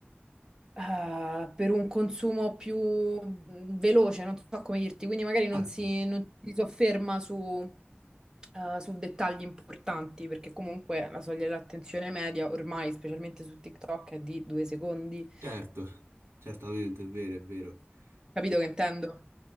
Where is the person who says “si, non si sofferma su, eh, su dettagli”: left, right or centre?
Right